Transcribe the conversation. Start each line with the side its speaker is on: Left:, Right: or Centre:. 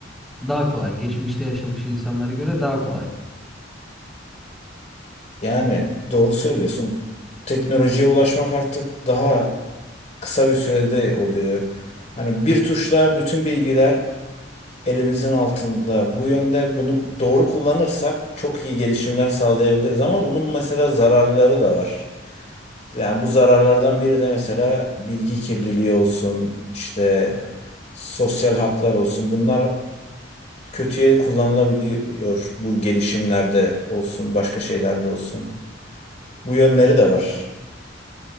Centre: daha kolay. Geçmişte yaşamış insanlara göre daha kolay.
Left: Yani doğru söylüyorsun. Teknolojiye ulaşmak artık daha kısa bir sürede oluyor. Hani bir tuşla bütün bilgiler elimizin altında. Bu yönde bunu doğru kullanırsak çok iyi gelişimler sağlayabiliriz ama bunun mesela zararları da var. Yani bu zararlardan biri de mesela bilgi kirliliği olsun, işte sosyal haklar olsun. Bunlar kötüye kullanılabiliyor bu gelişimlerde olsun, başka şeylerde olsun. Bu yönleri de var.